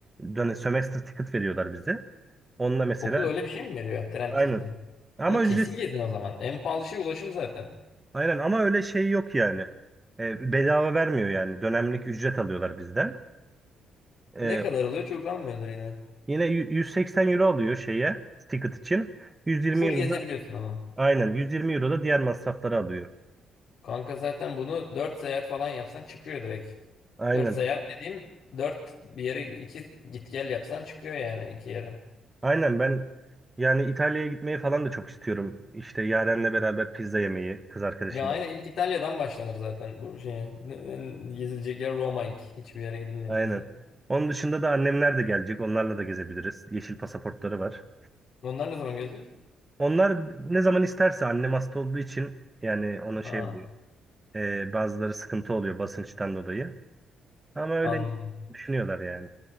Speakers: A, on the right; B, on the left.
A: döne, semester ticket veriyorlar bize. Onunla mesela
B: Okul öyle bir şey mi veriyor yani tren
A: aynı.
B: tiketi?
A: Ama
B: Onu kesin
A: ücretsiz
B: gezin o zaman. En pahalı şey ulaşım zaten.
A: Aynen ama öyle şey yok yani. E, bedava vermiyor yani. Dönemlik ücret alıyorlar bizden. E,
B: Ne kadar alıyor çok almıyordur yine.
A: yine yü- 180 euro alıyor şeye ticket için. 120
B: Full
A: euro
B: gezebiliyorsun
A: da
B: ama.
A: aynen 120 euro da diğer masrafları alıyor.
B: Kanka zaten bunu 4 seyahat falan yapsan çıkıyor direkt.
A: Aynen.
B: 4 seyahat dediğim 4 bir yere 2 git gel yapsan çıkıyor yani iki yere.
A: Aynen ben yani İtalya'ya gitmeyi falan da çok istiyorum. İşte Yaren'le beraber pizza yemeyi kız arkadaşımla.
B: Ya aynen ilk İtalya'dan başlanır zaten bu şeye. N- n- Gezilecek yer Roma ilk. Hiçbir yere gidilmediyse.
A: Aynen. Onun dışında da annemler de gelecek. Onlarla da gezebiliriz. Yeşil pasaportları var.
B: Onlar ne zaman gelecek?
A: Onlar ne zaman isterse annem hasta olduğu için yani ona şey
B: Ha.
A: oluyor. Ee, bazıları sıkıntı oluyor basınçtan dolayı. Ama öyle
B: Anladım.
A: düşünüyorlar yani.